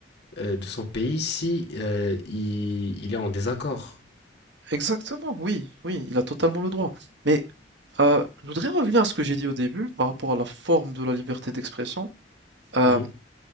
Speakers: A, on the left (about 65°); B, on the right (about 65°).
A: euh, de son pays si euh, il, il est en désaccord.
B: Exactement, oui, oui, il a totalement le droit. Mais euh, je voudrais revenir à ce que j'ai dit au début par rapport à la forme de la liberté d'expression. Euh,
A: Mhm,